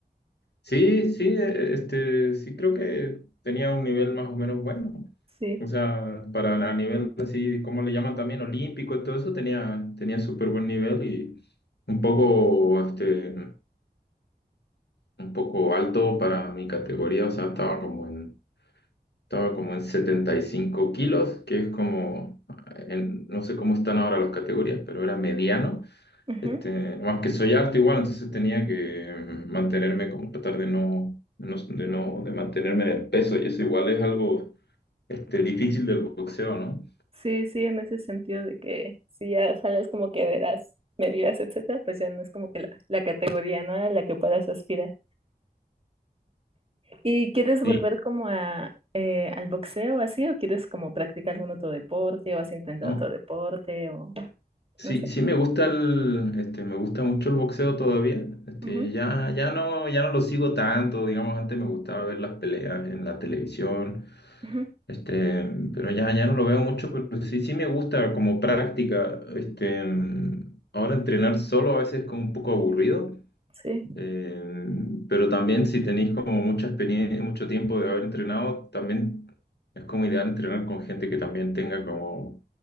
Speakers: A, on the left; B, on the right.
A: Sí, sí, eh, este, sí creo que tenía un nivel más o menos bueno.
B: sí.
A: O sea, para a nivel así, ¿cómo le llaman también? Olímpico y todo eso, tenía, tenía súper buen nivel y un poco, este, un poco alto para mi categoría. O sea, estaba como en, estaba como en 75 kilos, que es como, en- no sé cómo están ahora las categorías, pero era mediano.
B: Ujú.
A: Este, más que soy alto igual, entonces tenía que mantenerme, como tratar de no, no- de no, de mantenerme en el peso y eso igual es algo, este, difícil del boxeo, ¿no?
B: Sí, sí, en ese sentido de que si ya sales como que de las medidas, etcétera, pues ya no es como que la, la categoría, ¿no? A la que puedas aspirar. ¿Y quieres
A: Sí.
B: volver como a, eh, al boxeo así o quieres como practicar algún otro deporte o has intentado
A: ¿no?
B: otro deporte o
A: Sí,
B: no sé?
A: sí me gusta el, este, me gusta mucho el boxeo todavía. Este,
B: Ujú,
A: ya, ya no, ya no lo sigo tanto, digamos, antes me gustaba ver las peleas en la televisión,
B: ujú,
A: este, pero ya, ya no lo veo mucho, pero sí, sí me gusta como práctica. Este, ahora entrenar solo a veces es como un poco aburrido,
B: sí,
A: eh, pero también si tenéis como mucha experiencia, mucho tiempo de haber entrenado, también es como ideal entrenar con gente que también tenga como